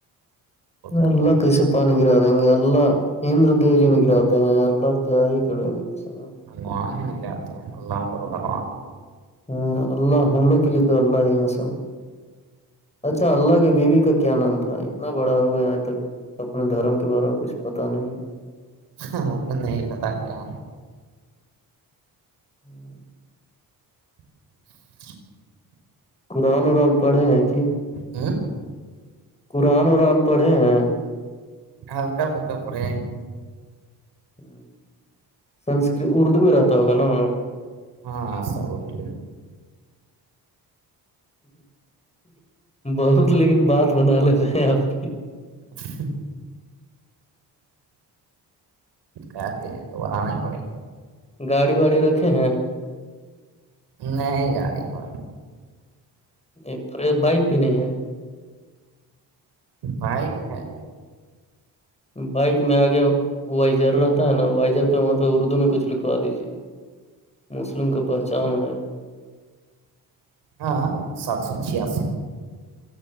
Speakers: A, on the right; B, on the left.
A: کم
B: اللہ کیسے پتا نہیں گرا دیں گے اللہ اندر دیو جی نہیں گراتے ہیں اللہ کیا ہی کریں گے پس
A: ہاتتے ہلہ م رارا
B: ہ اللہ ہم لوگ کے لیے تو اللہ ہی سب اچھا اللہ کے بیوی کا کیا نام تھا اتنا بڑا ہو گیا آج تک اپنے دھرم کے بارے میں کچھ پتا نہیں ہے
A: ہاں س ت ہ
B: ہوں
A: <inaudible>
B: قرآن اورر ہم پڑھے ہیں کہ
A: ہوں
B: قرآن اران پڑھے ہیں
A: ہلکا پلکا پڑے ہے ہیں
B: ہ سنسکرت اردو میں رہتا ہوگا نا
A: ہاںسا ب تو
B: بہت لیکن بات بنا لیتے ہیں آپ کی
A: اچ کیا کہ بان ہی پڑے
B: گاڑی واڑی رکھے ہیں
A: نہیں جا رہی کو
B: یہ بائک بھی نہیں ہے
A: بائ ہے
B: بائک میں آگے وائزر رہتا ہے نا وائزر پہ وہاں پہ اردو میں کچھ لکھوا دیجے مسلم کا پہچان ہے
A: ہاں سات سو چھیاسی